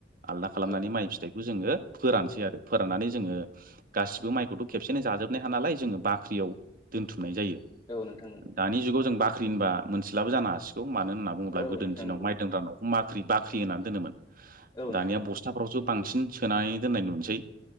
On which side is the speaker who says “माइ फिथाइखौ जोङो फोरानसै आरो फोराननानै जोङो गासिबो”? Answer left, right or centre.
Right